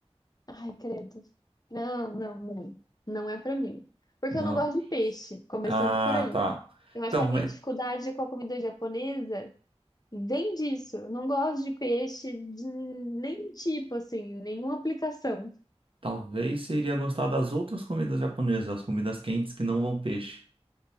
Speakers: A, on the left; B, on the right.
A: Ai, credo. Não, não, não. Não é pra mim. Porque
B: Não.
A: eu não gosto de peixe, começando
B: Ah,
A: por aí.
B: tá.
A: Eu acho
B: Então,
A: que a
B: mas
A: minha dificuldade com a comida japonesa vem disso. Eu não gosto de peixe de nem tipo, assim, nenhuma aplicação.
B: talvez você iria gostar das outras comidas japonesas, as comidas quentes que não vão peixe.